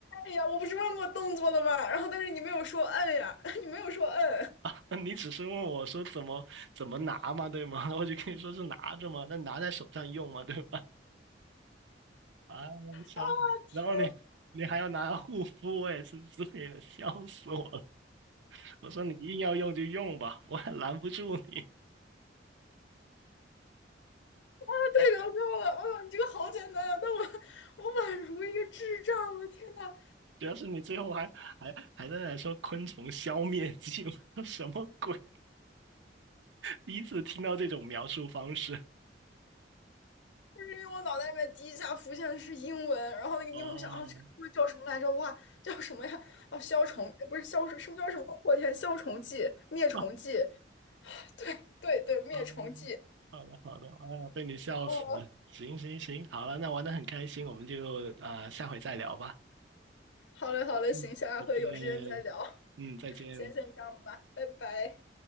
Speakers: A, on the left; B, on the right.
A: 哎呀，我不是问过动作的吗？然后，但是你没有说摁呀，<laughs> 你没有说摁。嗯
B: <laughs> 你只是问我说怎么怎么拿嘛，对吗？<laughs> 我就跟你说是拿着嘛，那拿在手上用嘛，对吧？啊，笑死！
A: 啊，天
B: 然后你你还要拿护肤，我也是醉了，笑死我了。我说你硬要用就用吧，我也拦不住你。
A: 呐，太搞笑了！哎呦，你这个好简单啊，但我我宛如一个智障，我的天呐，
B: 主要是你最后还还还在那说昆虫消灭剂，<laughs> 我说什么鬼？第一次听到这种描述方式。
A: 就是因为我脑袋里面第一下浮现的是英文，然后那个英文我想啊，
B: 哦，
A: 这个英文叫什么来着？哇，叫什么呀？哦、消虫不是消什么叫什么？我天，消虫剂、灭虫剂，
B: 啊
A: 对对对，灭虫剂。
B: 啊，好的好的，哎呀，被你笑死了。
A: 哦，
B: 行行行，好了，那玩的很开心，我们就啊、下回再聊吧。
A: 好嘞好嘞，
B: 嗯，
A: 行，下回有时间再聊，
B: 再见。嗯，再见。
A: 今天先这样吧，拜拜。